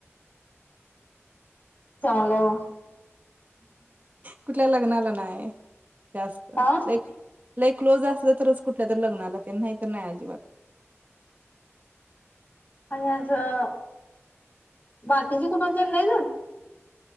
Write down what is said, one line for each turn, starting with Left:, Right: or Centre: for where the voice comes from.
Left: चांगली व्हं
Right: कुठल्या लग्नाला नाही. जास्त
Left: हा
Right: लाईक लई क्लोज असलं तरचं, कुठल्या तर लग्नाला तेण नाही तर नाही अजिबात.
Left: आणि असं बाकिच्या कोणाच्यात नाही जातं.